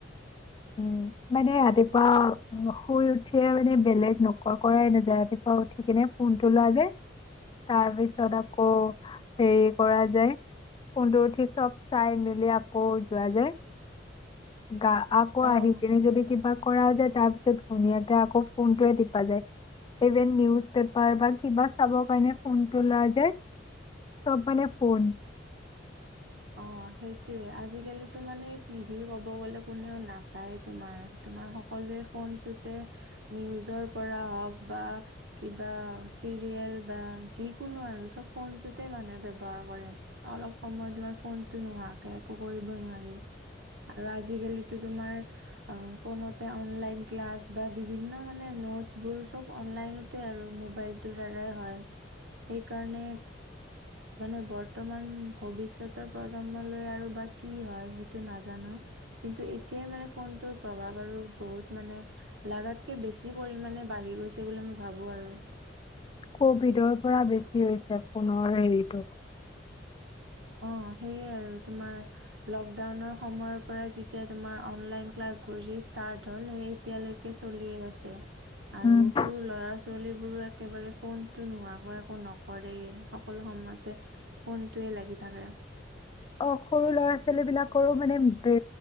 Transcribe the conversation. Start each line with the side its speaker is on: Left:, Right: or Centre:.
Left: উম মানে ৰাতিপুৱা উ শুই উঠিয়ে মানে বেলেগ নকৰ কৰাই নযায় ৰাতিপুৱা উঠি কিনে ফোনটো লোৱা যায় তাৰ পিছত তথাপ কৰো হেৰি সেই কৰা যায় ফোনটো উঠি চব চাই মেলি কত যোৱা যে গা আকৌ
Right: অ
Left: আহি কেনে যদি কিবা কৰা যায় তাৰ পিছত ধুনীয়াকে আকৌ ফোনটোৱে টিপা যায় ইভেন নিউজ পেপাৰ বা কিবা চাবৰ কাৰণে ফোনটো লোৱা যায চব মানে ফোন
Right: অ সেইটোয়ে আজিকালিতো মানে টিভি ক'ব গলে কোনেও নাচায় তোমাৰ তোমাৰ সকলোৱে ফোনটোতে নিউজৰ পৰা হওঁক বা কিবা চিৰিয়েল বা যিকোনো আৰু চব ফোনটোতে মানুহে ব্যৱহাৰ কৰে অলপ সময় তোমাৰ ফোনটো নোৱাকে একো কৰিবই নোৱাৰি আৰু আজিকালিতো তোমাৰ ফোনতে অনলাইন ক্লাছ বা বিভিন্ন মানে নোটছবোৰ চব অনলাইনতে আৰু মোবাইলটোৰ দ্বাৰাই হয় সেইকাৰণে মানে বৰ্তমান ভৱিষ্যত পিছৰ প্ৰজন্মলৈ আৰু বা কি হয় সেইটো নাজানো কিন্তু এতিয়াই মানে ফোনটোৰ প্ৰভাৱ আৰু বহুত মানে লাগাতকে বেছি পৰিামানে বাঢ়ি গৈছে বুলি মই ভাবো আৰু
Left: কভিডৰ পৰা বেছি হৈছে ফোনৰ হেৰিটো
Right: অ সেয়ে আৰু তোমাৰ লকডাউনৰ সময়ৰ পৰা যেতিয়া তোমাৰ অনলাইন ক্লাছ বোৰ যি ষ্টাৰ্ট তল সেয়া লৈকেএতিয়ালৈকে চলিয়ে আছে আৰু
Left: উম
Right: সৰু ল'ৰা ছো ছোৱালী বোৰো একেবাৰে ফোনতো নোহোৱাকৈ একো নকৰে সকলো সময়তে ফোনটোৱে লাগি থাকে
Left: অ সৰু ল'ৰা ছোৱালী বিলাকৰো মানে বে